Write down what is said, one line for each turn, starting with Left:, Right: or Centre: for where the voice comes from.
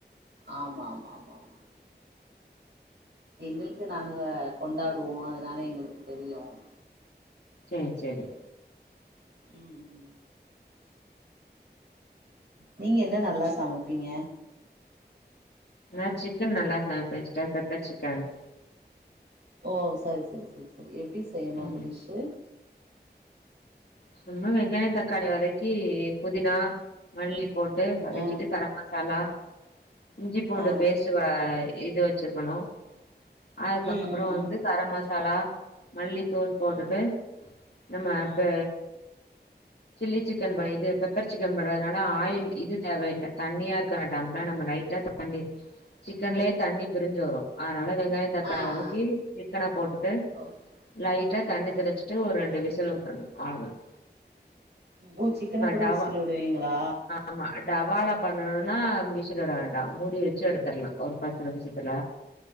Right: ஆமா ஆமா ஆமா ஆமா எங்களுக்கு நாங்க கொண்டாடுவோம் அதனால எங்களுக்கு தெரியும்
Left: சேரி சேரி
Right: ம்ம் நீங்க என்ன நல்லா சமைப்பீங்க
Left: நா சிக்கன் நல்லா சமைப்பேன் சிஸ்டர் பெப்பர் சிக்கன்
Right: ஓ சரி சரி சரி எப்படி செய்யணும்
Left: ம்
Right: அந்த டிஸ்சு
Left: சும்மா வெங்காயம் தக்காளி வதக்கி புதினா மல்லி போட்டு வதக்கிட்டு
Right: ஆ
Left: கரம் மசாலா இஞ்சி பூண்டு
Right: ஆ
Left: பேஸ்ட் இது வச்சிருக்கணும் அதுக்கப்புறம்
Right: ம் ம்
Left: வந்து
Right: ம்
Left: கர மசாலா மல்லித்தூள் போட்டுட்டு
Right: ம்
Left: நம்ம
Right: ம்
Left: இப்ப சில்லி சிக்கன் பண்ணிட்டு பெப்பர் சிக்கன் பண்றதுனால ஆயில் இது தேவையில்ல தண்ணியா இருக்க மாட்டாம்லா நம்ம லைட்டா தண்ணி சிக்கன்லயே தண்ணி பிரிஞ்சு வரும் அதனால வெங்காயம் தக்காளி
Right: ஆ
Left: வதக்கி
Right: ஆ
Left: சிக்கனா போட்டுட்டு
Right: ஓ
Left: லைட்டா
Right: ஆ
Left: தண்ணி
Right: ஆ ஆ
Left: தெளிச்சிட்டு ஒரு ரெண்டு விசில் ஊட்டுறணும் அவ்ளோ தான்
Right: ஓ சிக்கனை கூட
Left: டவா
Right: விசில் விடுவீங்களா
Left: ஆமா டவால பண்ணணும்னா விசில் விட வேண்டாம் மூடி வச்சு எடுத்தரலாம் ஒரு பத்து நிமிஷத்துல